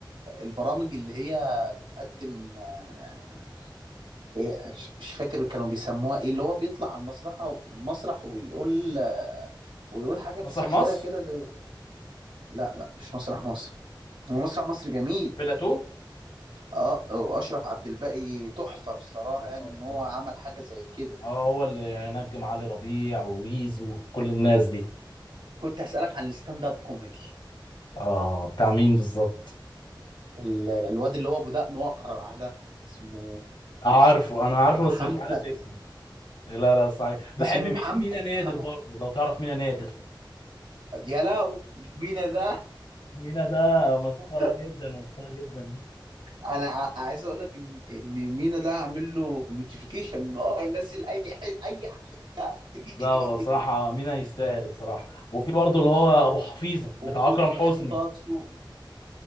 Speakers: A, on the right; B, on the left.
A: البرامج اللي هي بتقدم آه، ايه مش مش فاكر كانوا بيسموها ايه اللي هو بيطلع على المسرح المسرح ويقول آه، ويقول حاجات
B: مسرح
A: ساخرة
B: مصر
A: كده زي لا لا مش مسرح مصر هو مسرح مصر جميل
B: بلاتو
A: اه واشرف عبد الباقي تحفة بصراحة
B: اه
A: يعني
B: اه
A: ان هو عمل حاجة زي كده
B: آه، هو اللي نجم علي ربيع وويز وكل الناس دي
A: كنت هسألك عن الستاند اب كوميدي
B: اه بتاع مين بالظبط
A: ال... الواد اللي هو ابو دقن واقرع ده اسمه
B: عارفه انا
A: آه،
B: عارفه
A: محمد
B: بس مش عارف اسمه لا لا صحيح بحب
A: اسمه
B: مي-
A: محمد
B: مينا نادر
A: محمد
B: برضه لو تعرف مينا نادر
A: يا لا مينا ده
B: مينا ده مسخرة
A: ده-
B: جدا مسخرة جدا
A: انا ع- عايز اقول لك ان ان مينا ده عامل له نوتيفيكيشن ان هو ينزل اي حاجه اي حاجه تجي
B: لا
A: لي
B: هو صراحة
A: <laughs>
B: مينا يستاهل الصراحة وفي برضه اللي هو أبو حفيظة
A: وكنت
B: بتاع أكرم حسني
A: بحب طه دسوقي